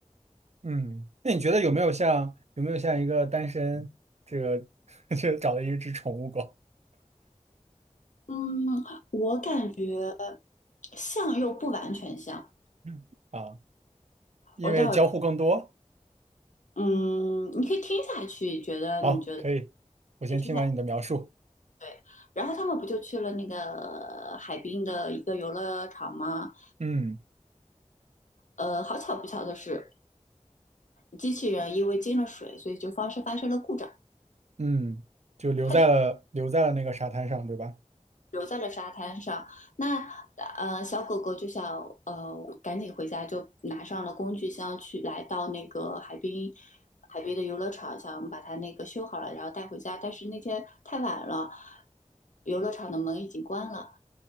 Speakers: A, on the right (about 65°); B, on the left (about 80°).
A: 嗯，那你觉得有没有像有没有像一个单身这个 <laughs> 就找了一只宠物狗
B: 嗯，我感觉像又不完全像。
A: 嗯啊？因为交互更多。
B: 我待会儿，嗯，你可以听下去，觉得你觉得
A: 好，可以，我先听完你的描述。
B: 可以听下去。对，然后他们不就去了那个海滨的一个游乐场吗？
A: 嗯
B: 呃，好巧不巧的是，机器人因为进了水，所以就发生发生了故障，
A: 嗯，就留在了留在了那个沙滩上，
B: 它就
A: 对吧？
B: 留在了沙滩上。那呃，小狗狗就想呃赶紧回家，就拿上了工具箱去来到那个海滨海边的游乐场，想把它那个修好了，然后带回家。但是那天太晚了，游乐场的门已经关了。